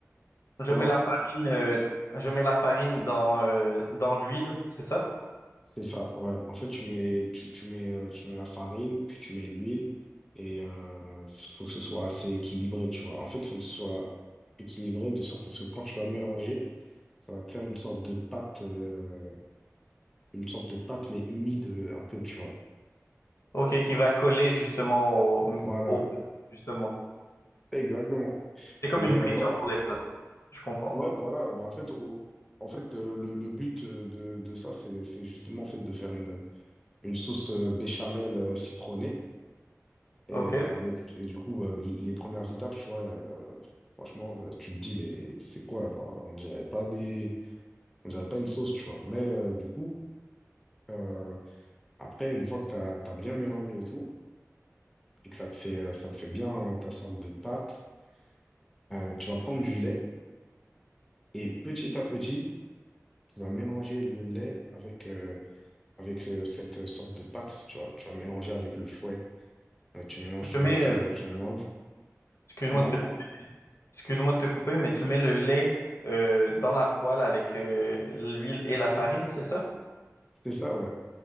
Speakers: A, on the left; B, in the centre.
A: Je
B: Comment?
A: mets la farine, euh, je mets la farine dans, euh, dans l'huile, c'est ça?
B: C'est ça, ouais. En fait, tu mets, tu, tu mets, euh, tu mets la farine, puis tu mets l'huile, et euh, faut faut que ce soit assez équilibré, tu vois. En fait, il faut que ce soit équilibré de sorte à ce que quand tu vas mélanger, ça va te faire une sorte de pâte, euh, une sorte de pâte, mais humide euh, un peu, tu vois.
A: Ok, qui va coller justement au,
B: Voilà,
A: au pâte, justement.
B: exactement.
A: C'est comme
B: Et
A: une friture
B: euh, voilà,
A: pour les pâtes. Je comprends.
B: ouais, voilà. Bah, en fait, au- en fait euh, le, le but euh, de, de ça, c'est c'est justement en fait, de faire une. une sauce euh, béchamel euh, citronnée. Et,
A: Ok.
B: euh, mais- et du coup, euh, les premières étapes, tu vois, euh, franchement, euh, tu te dis, mais c'est quoi? Genre, on dirait pas des, on dirait pas une sauce, tu vois. Mais euh, du coup, euh, après, une fois que tu as, bien mélangé et tout, et que ça te fait, euh, ça te fait bien hein, ta sorte de pâte, euh, tu vas prendre du lait et petit à petit, tu vas mélanger le lait avec, euh, avec ce- cette sorte de pâte, tu vois. Tu vas mélanger avec le fouet. Euh, tu mélanges, tu
A: Je mets,
B: mélanges, tu
A: euh,
B: mélanges, tu mélanges.
A: excuse-moi
B: Comment?
A: de te couper, mais- excuse-moi de te couper, mais tu mets le lait euh, dans la poêle avec euh, l'huile et la farine, c'est ça?
B: C'est ça, ouais.